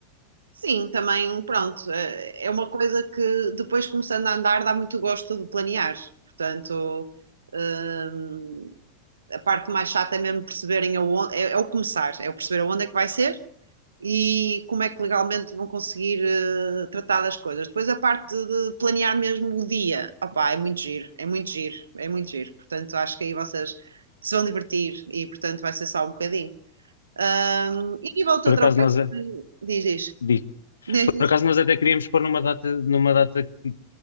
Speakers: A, on the right; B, on the left.
A: Sim, também, pronto, eh, é uma coisa que depois começando a andar dá muito gosto de planear. Portanto, hum, a parte mais chata é mesmo perceberem aonde, é, é o começar, é o perceber aonde é que vai ser e como é que legalmente vão conseguir eh, tratar das coisas. Depois a parte de planear mesmo o dia, opá, é muito giro, é muito giro, é muito giro. Portanto, acho que aí vocês se vão divertir e, portanto, vai ser só um bocadinho. Hum, e a nível do
B: Por
A: teu
B: acaso
A: trabalho,
B: nós, a-
A: diz,
B: diz-
A: diz.
B: por acaso nós até queríamos pôr numa data, numa data que